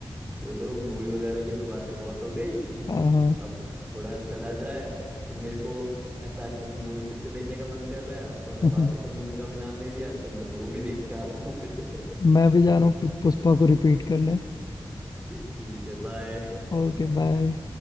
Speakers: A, on the right; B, on the left.
A: चलो मूवी वगैरह की तो बातें बहुत हो गई <laughs>
B: हम्म,
A: अब थोड़ा चला जाए अब तो मेरे को एस आर की मूवी फिर से देखने का मन कर रहा है अब तुमने
B: हाँ,
A: बाकी
B: <laughs>
A: सब मूवी का भी नाम ले लिया तो मैं वो भी देख के आता हूँ फिर से <laughs>
B: मैं भी जा रहा
A: ठीक
B: हूँ पुष्पा
A: है
B: को रिपीट करने
A: ठीक है बाय
B: Okay bye